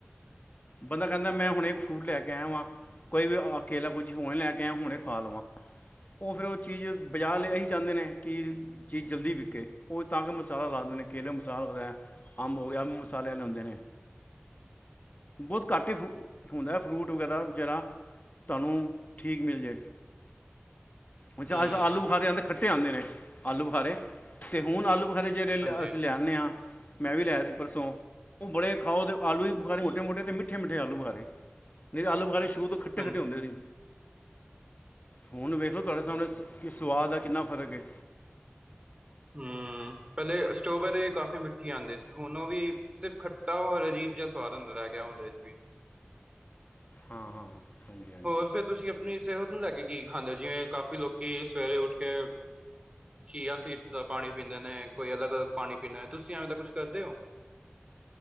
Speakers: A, on the left; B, on the right.
A: ਬੰਦਾ ਕਹਿੰਦਾ ਮੈਂ ਹੁਣੇ ਫਰੂਟ ਲੈ ਕੇ ਆਇਆ ਵਾਂ ਕੋਈ ਵੀ ਅਕੇਲਾ ਕੁਝ ਹੁਣੇ ਲੈ ਕੇ ਆਇਆ ਹੁਣੇ ਖਾ ਲਵਾਂ। ਉਹ ਫਿਰ ਉਹ ਚੀਜ਼ ਬਜ਼ਾਰ ਅਲੇ ਇਹੀ ਚਾਂਦੇ ਨੇ। ਕਿ ਚੀਜ਼ ਜਲਦੀ ਵਿਕੇ, ਉਹ ਤਾਂ ਕਿ ਮਸਾਲਾ ਲਾਦੇ ਨੇ ਕੇਲੇ ਮਸਾਲਾ ਹੋਦਾ ਅੰਬ ਹੋ ਗਿਆ ਮਸਾਲੇ ਵਾਲੇ ਹੁੰਦੇ ਨੇ। ਬਹੁਤ ਘੱਟ ਹੀ ਫੂ ਹੁੰਦਾ ਫਰੂਟ ਵਗੈਰਾ ਜਿਹੜਾ ਤਾਂਨੂੰ ਠੀਕ ਮਿਲ ਜਵੇ। ਹ
B: ਹੂੰ
A: ਅਜ ਕ ਆਲੂਬਖਾਰੇ ਆਂਦੇ ਖੱਟੇ ਆਂਦੇ ਨੇ, ਆਲੂਬਖਾਰੇ। ਅਤੇ ਹੁਣ ਆਲੂ ਬਖਾਰੇ ਜਿਹੜੇ ਲ
B: ਹਾਂਜੀ
A: ਅਸੀਂ
B: ਹਾਂਜੀ
A: ਲਿਆਂਨੇਂ ਆਂ ਮੈਂ ਵੀ ਲਿਆਯਾ ਸੀ ਪਰਸੋਂ। ਉਹ ਬੜੇ ਖਾਓ ਅਤੇ ਆਲੂ ਵੀ ਬਖਾਣੇ ਮੋਟੇ ਮੋਟੇ ਅਤੇ ਮਿੱਟੀ ਮਿੱਠੇ ਮਿੱਠੇ ਆਲੂਬਖਾਰੇ, ਨਹੀਂਤੇ ਆਲੂਬਖਾਰੇ ਸ਼ੁਰੂ ਤੋਂ ਖੱਟੇ
B: ਹਾਂਜੀ
A: ਖੱਟੇ ਹੁੰਦੇ ਨੇ। ਹੁਨ ਵੇਖ ਲਓ ਤੁਹਾਡੇ ਸਾਹਮਣੇ ਸੁਵਾਦ ਦਾ ਕਿੰਨਾ ਫ਼ਰਕ ਏ।
B: ਹੁੰ, ਪਹਿਲੇ ਸਟੋਬੈਰੀ ਕਾਫ਼ੀ ਮਿੱਠੀ ਆਂਦੀ ਸੀ ਹੁਣ ਉਹ ਵੀ ਸਿਰਫ਼ ਖੱਟਾ ਹੋਰ ਅਜੀਬਜੇਆ ਸਵਾਦ ਹੁੰਦਾ ਰਹਿ ਗਿਆ ਉਹਦੇ ਚ ਵੀ।
A: ਹਾਂ ਹਾਂ। ਹਾਂਜੀ ਹਾਂਜੀ
B: ਹੋਰ ਫਿਰ ਤੁਸੀਂ ਅਪ ਆਪਣੀ ਸਿਹਤ ਨੂੰ ਲੈ ਕੇ ਕੀ ਖਾਂਦੇ ਜਿਵੇਂ ਕਾਫ਼ੀ ਲੋਕੀ ਸਵੇਰੇ ਉੱਠ ਕੇ ਚੀਆ ਸੀਡ ਪਾਣੀ ਪੀਂਦੇ ਨੇ ਕੋਈ ਅਲੱਗ ਅਲੱਗ ਪਾਣੀ ਪੀਂਦੇ ਨੇ ਤੁਸੀਂ ਐਵੇਂ ਤਾਂ ਕੁੱਛ ਕਰਦੇ ਓ?